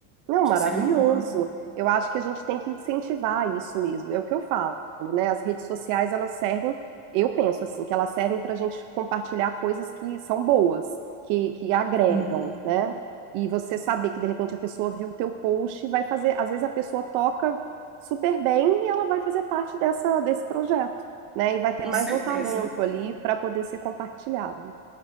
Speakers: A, on the right; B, in the centre.
A: Não,
B: Acho
A: maravilhoso.
B: que seria uma boa.
A: Eu acho que a gente tem que incentivar isso mesmo. É o que eu falo, né? As redes sociais, elas servem, eu penso assim, que elas servem para a gente compartilhar coisas que são boas, que, que agregam,
B: Hum,
A: né? E você saber que de repente a pessoa viu o teu post e vai fazer, às vezes a pessoa toca super bem e ela vai fazer parte dessa, desse projeto, né? E vai ter
B: com
A: mais
B: certeza.
A: um talento ali para poder ser compartilhado.